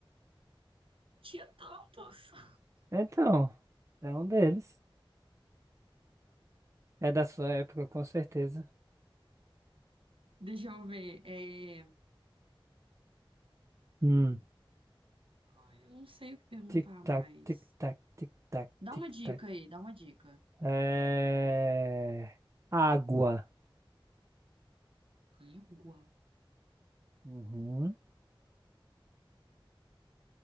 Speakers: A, on the right; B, on the right.
A: Tinha tantos. <laughs>
B: Então, é um deles. É da sua época, com certeza.
A: Deixa eu ver. É...
B: Hum.
A: Ai, eu não sei o que perguntar
B: Tic-tac,
A: mais.
B: tic-tac, tic-tac,
A: Dá
B: tic-tac.
A: uma dica aí, dá uma dica.
B: É... Água.
A: Água.
B: Uhum.